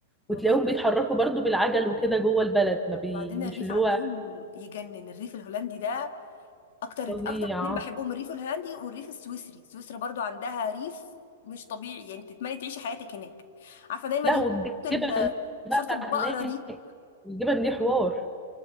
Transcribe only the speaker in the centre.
وتلاقيهم
بيتحركوا برضو بالعجل وكده جوه البلد ما بي
مش
اللي
هو
فظيع
لا
والجبن
بقى
هناك
الجبن دي حوار